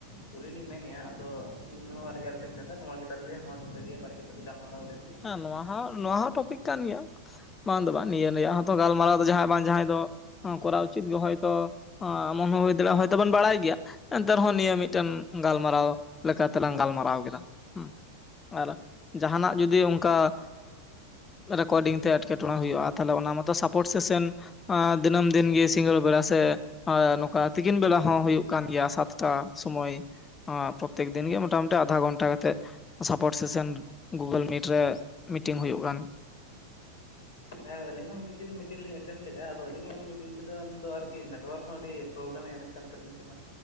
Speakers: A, on the left (about 55°); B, on the left (about 20°).
A: ᱠᱩᱞᱤ ᱞᱤᱧ ᱢᱮᱱᱮᱫᱼᱟ ᱟᱫᱚ ᱟᱹᱞᱤᱧ ᱱᱚᱣᱟ ᱨᱮᱜᱮ ᱟᱫᱚᱞᱤᱧ ᱢᱮᱱᱫᱟ ᱱᱚᱣᱟ ᱜᱮᱛᱟᱞᱮ ᱱᱚᱣᱟ ᱫᱚᱩᱯᱟᱹᱨᱭᱟ ᱵᱟᱨᱮᱜᱮ ᱠᱷᱟᱹᱞᱤ ᱜᱟᱢᱟᱨᱟᱣ ᱞᱮᱱ
B: ᱦᱮᱸ ᱱᱚᱣᱟ ᱦᱚᱸ ᱱᱚᱣᱟ ᱦᱚᱸ ᱴᱚᱯᱤᱠ ᱠᱟᱱ ᱜᱮᱭᱟ᱾ ᱵᱟᱝ ᱫᱚ ᱵᱟᱝ ᱱᱤᱭᱟᱹ ᱨᱮᱭᱟᱜ ᱦᱚᱸᱛᱚ ᱜᱟᱞᱢᱟᱨᱟᱣ ᱫᱚ ᱡᱟᱦᱟᱸ ᱵᱟᱝ ᱡᱟᱦᱟᱸᱭ ᱫᱚ ᱠᱚᱨᱟᱣ ᱩᱪᱤᱛ ᱜᱮ ᱦᱭᱛᱳ ᱮᱢᱚᱱ ᱦᱚᱸ ᱦᱩᱭ ᱫᱟᱲᱭᱟᱜᱼᱟ ᱦᱭᱛᱚ ᱵᱚᱱ ᱵᱟᱲᱟᱭ ᱜᱮᱭᱟ᱾ ᱮᱱᱛᱮ ᱨᱮᱦᱚᱸ ᱱᱤᱭᱟᱹ ᱢᱤᱫᱴᱮᱱ ᱜᱟᱞᱢᱟᱨᱟᱣ ᱞᱮᱠᱟ ᱛᱮᱞᱟᱝ ᱜᱟᱞᱢᱟᱨᱟᱣ ᱠᱮᱫᱟ ᱦᱮᱸ᱾ ᱟᱨ
A: ᱠᱟᱱᱟ
B: ᱡᱟᱦᱟᱱᱟᱜ
A: ᱦᱩᱸ
B: ᱡᱩᱫᱤ ᱚᱱᱠᱟ ᱨᱮᱠᱚᱨᱰᱤᱝ ᱛᱮ ᱮᱴᱠᱮᱴᱚᱬᱮ ᱦᱩᱭᱩᱜᱼᱟ ᱛᱟᱦᱚᱞᱮ ᱚᱱᱟ ᱢᱟᱚᱛ ᱥᱟᱯᱳᱨᱴ ᱥᱮᱥᱮᱱ ᱟ ᱫᱤᱱᱟᱹᱢ ᱫᱤᱱ ᱜᱮ ᱥᱝᱜᱟᱹᱲ ᱵᱮᱲᱟ ᱥᱮ ᱟᱨ ᱱᱚᱝᱠᱟ ᱛᱤᱠᱤᱱ ᱵᱮᱲᱟ ᱦᱚᱸ ᱦᱩᱭᱩᱜ ᱠᱟᱱ ᱜᱮᱭᱟ ᱥᱟᱛᱴᱟ ᱥᱚᱢᱚᱭ ᱯᱨᱚᱛᱛᱮᱠ ᱫᱤᱱ ᱜᱮ ᱢᱚᱴᱟᱢᱩᱴᱤ ᱟᱫᱷᱟ ᱜᱷᱚᱱᱴᱟ ᱠᱟᱛᱮᱜ ᱥᱟᱯᱳᱴ ᱥᱮᱥᱚᱱ ᱜᱩᱜᱩᱞ ᱢᱤᱴ ᱨᱮ ᱢᱤᱴᱤᱝ ᱦᱩᱭᱩᱜ ᱠᱟᱱ
A: ᱦᱮᱸ ᱟᱹᱞᱤᱧ ᱦᱚᱸ ᱢᱤᱫ ᱫᱤᱱ ᱢᱤᱴᱤᱝ ᱞᱤᱧ ᱮᱴᱮᱱᱰ ᱞᱮᱜᱼᱟ ᱟᱫᱚ ᱟᱹᱞᱤᱧᱟᱜ ᱩᱱ ᱡᱚᱠᱷᱚᱱ ᱛᱤᱞᱟᱹᱱ ᱫᱚ ᱟᱨᱠᱤ ᱱᱮᱴᱣᱟᱨᱠ ᱦᱚᱸ ᱟᱹᱰᱤ ᱯᱨᱚᱵᱞᱮᱢᱮ ᱮᱢᱮᱫ ᱠᱟᱱ ᱛᱟᱹᱞᱤᱧᱟ ᱛᱟᱦᱮᱱᱟ